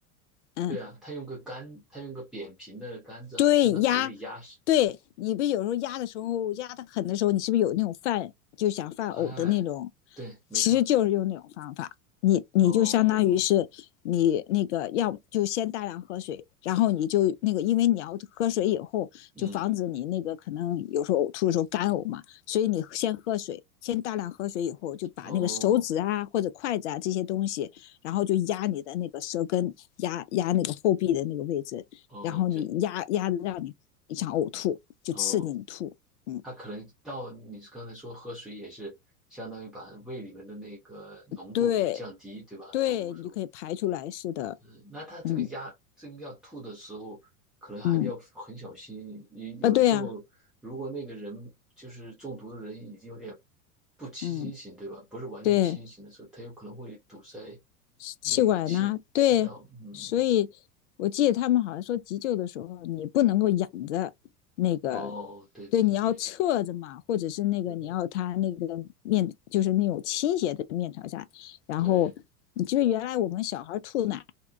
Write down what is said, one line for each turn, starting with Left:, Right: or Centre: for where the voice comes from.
Left: 嗯，
Centre: 对啊，他用个杆，他用个扁平的杆子，
Left: 对压，
Centre: 好像伸到嘴里压实。
Left: 对你不有时候压的时候压的狠的时候，你是不是有那种犯就想犯呕的那种？
Centre: 哎，对，没错。
Left: 其实就是用那种方法，你你就相当于是你那个要就先大量喝水，
Centre: 哦，
Left: 然后你就那个，因为你要喝水以后，就防止你那个可能有时候呕吐的时候干呕嘛，
Centre: 嗯，
Left: 所以你先喝水，先大量喝水以后，就把那个手指啊或者筷子啊这些东西，
Centre: 哦，
Left: 然后就压你的那个舌根，压压那个后壁的那个位置，
Centre: 哦，
Left: 然后你压压的让你想呕吐，
Centre: 就
Left: 就刺激你吐。
Centre: 哦，
Left: 嗯，
Centre: 他可能到你刚才说喝水也是相当于把胃里面的那个浓度给降低，
Left: 对
Centre: 对吧？
Left: 对，
Centre: 毒素。
Left: 你就可以排出来似的。
Centre: 嗯，那他这个压，
Left: 嗯
Centre: 这个要吐的时候，可能还得要很小心。
Left: 嗯
Centre: 你有时候如果那个人就是中毒的人已经有点
Left: 啊，对呀、
Centre: 不清醒，
Left: 嗯
Centre: 对吧？不是完全清醒的时候，
Left: 对，
Centre: 他有可能会堵塞
Left: 气管呢？
Centre: 那个气气道。
Left: 啊对，
Centre: 嗯，
Left: 所以我记得他们好像说急救的时候你不能够仰着那个，
Centre: 哦，对对对对，
Left: 对，你要侧着嘛，或者是那个你要他那个面就是那种倾斜的面朝下，
Centre: 是的，
Left: 然后你就是原来我们小孩吐奶
Centre: 对，